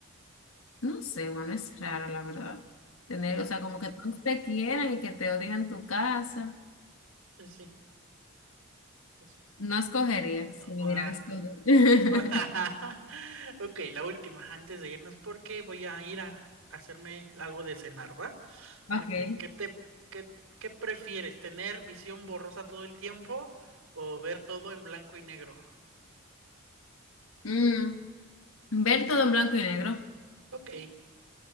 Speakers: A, on the left; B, on the right.
A: No sé, bueno, es raro, la verdad. Tener, o sea, como que todos te quieran y que te odien en tu casa.
B: Pues sí. pues,
A: No escogería, si me
B: ah,
A: dieran a escoger.
B: <laughs>
A: <laughs>
B: Ok, la última antes de irnos porque voy a ir a hacerme algo de cenar, ¿va?
A: Ok.
B: Ok, ¿Qué te, qué, qué prefieres? ¿Tener visión borrosa todo el tiempo o ver todo en blanco y negro?
A: Mm, ver todo en blanco y negro.
B: Ok,